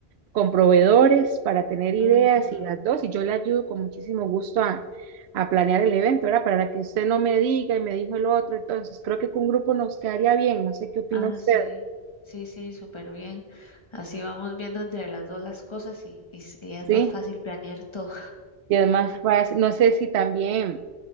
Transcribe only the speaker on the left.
Ajá.
Ah,
sí. Sí, sí, súper bien. Así vamos viendo entre las dos las cosas y, y, s- y es
más fácil planear todo.